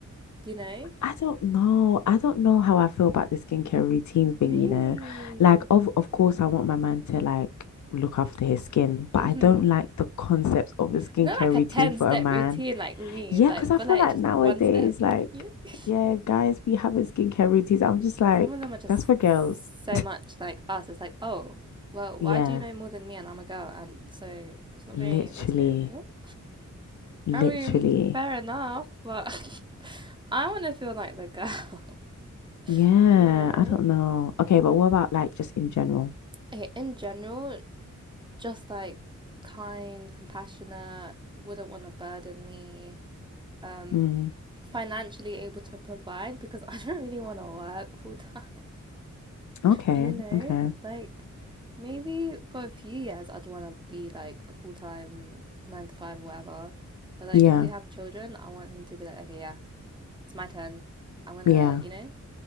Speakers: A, on the right (about 15°); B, on the left (about 70°).
A: you know,
B: I don't know. I don't know how I feel about the skincare routine thing,
A: really.
B: you know. Like of of course I want my man to like look after his skin, but
A: Mm-hmm.
B: I don't like the concept of a skincare
A: Not like
B: routine
A: a ten
B: for
A: step
B: a man.
A: routine like me,
B: Yeah,
A: like
B: because I
A: but
B: feel
A: like
B: like
A: just
B: nowadays,
A: one step,
B: like,
A: you know.
B: yeah, guys be having skincare routines. I'm just like,
A: some of them are just
B: that's for girls. <laughs>
A: so much like us. It's like, oh, well, why
B: Yeah,
A: do you know more than me and I'm a girl? And so it's not
B: literally,
A: very masculine, is it?
B: literally.
A: I mean, fair enough, but <laughs> I want to feel like the girl,
B: Yeah,
A: <laughs> you know?
B: I don't know. Okay, but what about like just in general?
A: Okay, in general, just like kind, compassionate, wouldn't want to burden me, um,
B: Mm,
A: financially able to provide because <laughs> I don't really want to work full time.
B: okay,
A: You know,
B: okay.
A: like maybe for a few years I'd want to be like a full-time nine to five, or whatever. But like
B: Yeah,
A: if we have children, I want him to be like, okay, yeah, it's my turn. I'm gonna,
B: yeah,
A: you know,